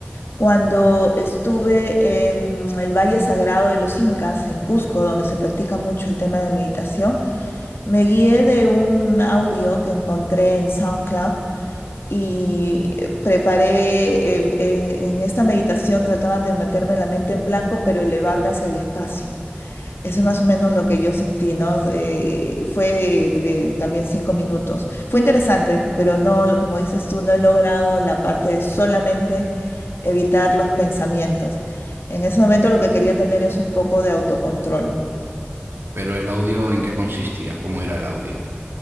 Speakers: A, on the left; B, on the right.
A: cuando estuve en el Valle Sagrado de los Incas, en Cusco, donde se practica mucho el tema de meditación, me guié de un audio que encontré en SoundCloud y eh, preparé, eh, eh, en esta meditación trataban de meterme la mente en blanco, pero elevarme hacia el espacio. Eso es más o menos lo que yo sentí, ¿no? Eh, fue de, de también cinco minutos. Fue interesante, pero no, como dices tú, no he logrado la parte de solamente evitar los pensamientos. En ese momento lo que quería tener es un poco de autocontrol.
B: Pero el audio, ¿en qué consistía? ¿Cómo era el audio?